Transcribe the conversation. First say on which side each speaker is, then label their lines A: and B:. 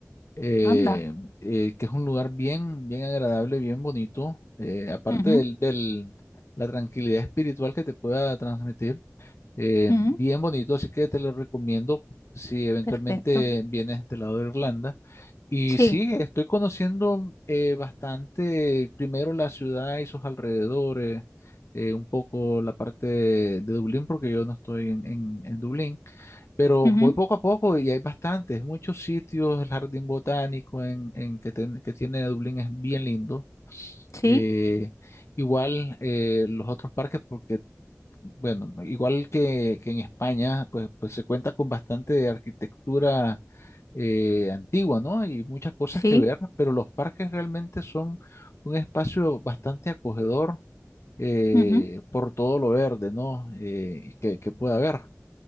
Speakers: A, on the left; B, on the left.
A: eh,
B: Anda.
A: eh, que es un lugar bien, bien agradable, bien bonito, eh, aparte
B: Ujú,
A: del, del- la tranquilidad espiritual que te pueda transmitir, eh,
B: ujú,
A: bien bonito, así que te lo recomiendo si eventualmente
B: perfecto.
A: vienes del lado de Irlanda. Y
B: Sí,
A: sí, estoy conociendo eh, bastante, primero la ciudad y sus alrededores, eh, un poco la parte de, de Dublín, porque yo no estoy en en- en Dublín. Pero
B: ujú,
A: voy poco a poco y hay bastantes, muchos sitios. El jardín botánico en, en que, ten- que tiene Dublín es bien lindo.
B: sí,
A: Eh, igual eh, los otros parques, porque, bueno, igual que, que en España, pues, pues se cuenta con bastante arquitectura eh, antigua, ¿no? Y muchas cosas
B: sí,
A: que ver, pero los parques realmente son un espacio bastante acogedor eh,
B: ujú,
A: por todo lo verde, ¿no? Eh, que, que pueda haber.